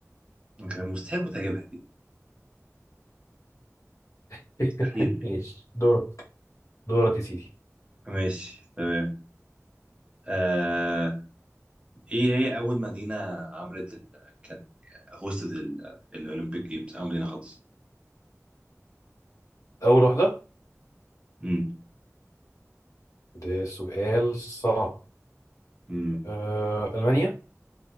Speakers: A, on the right; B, on the left.
A: كان مستحيل كنت هجيبها دي
B: <laughs>
A: مستحيل
B: ماشي دورك دورك يا سيدي
A: ماشي تمام آه ايه هي اول مدينة عملت ال... كان هوستد ال... الاولمبيك جيمز اول مدينة خالص
B: اول واحدة
A: امم
B: ده سؤال صعب
A: امم
B: آه المانيا